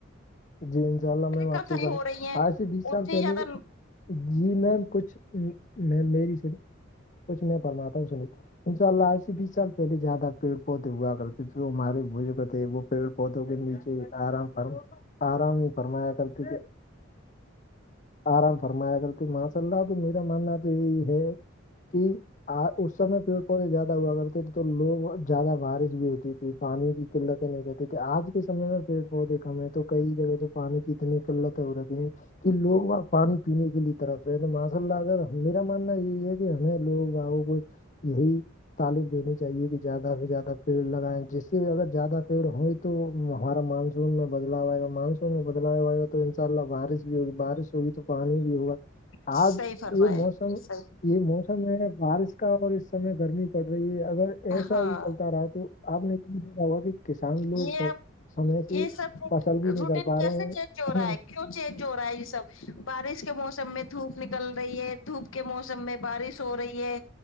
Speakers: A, on the left; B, on the left.
A: جی انشاء اللہ
B: پہلے
A: میں واپ
B: کتھائی
A: سے ہی کر
B: ہو رہی ہیں
A: آج سے بیس
B: اتنی
A: سال پہلے
B: زیادہ
A: جی میم کچھ میں میری سے کچھ میں فرماتا ہوں سنی ان شاء اللہ ایج سے بیس سال پہلے زیادہ پیڑ پودے ہوا کرتے پھر وہارے وہ جو کہتے وہ پیڑ پودوں کے نیچے آرام فرم آرام ہی فرمایا کرتی تھ آرام فرمایا کرتی مس س تو میرا ماننا تو یہی ہے کہ اس سم پ پے زیادہ ہوا کرتے تو لوگ زیادہ بارش بھی ہوتی تھی پانی کی قلتیں نہیں رہتی تھی آج کے سمے میں پیڑ پودے کم ہے تو کئی جگہ تو پانی کی اتنی قلتیں ہو رہی ہیں کہ لوگ پانی پینے کے لیے طرف ماسا ال لا ما ماننا یہی ہے کہ ہمیں لوگ گاوں کو یہی تعالم دینی چاہیے کہ زیادہ سے زیادہ پیڑ لگائیں جس سے اگر زیادہ پیڑ ہوئے تو تو ہمارا مانسون میں بدلاؤ آئے گا مانسون میں بدلاؤ آئے گا تو ان شاء اللہ بارش بھی ہوگی بارش ہوگی تو پانی بھی ہوگا
B: صحیح
A: آج
B: فرمایا
A: یہ موسم
B: صحیح
A: یہ موسم ہے بارش کا اور اس سمے گرمی پڑ رہی ہے اگر ایسا
B: ہاں
A: ہی چلتا رہا تو آپ نے یہ بھی دیکھا ہوا کہ کسان لوگ
B: یہ
A: سب
B: اب
A: سمے سے
B: یہ سب
A: فصل بھی نہیں
B: روٹین
A: کر پا
B: کیسے
A: رہے
B: چینج ہو رہا
A: ہیں
B: ہے کیوں چینج ہو رہا ہے یہ سب بارش کے موسم میں دھوپ نکل رہی ہے دھوپ کے موسم میں بارش ہو رہی ہے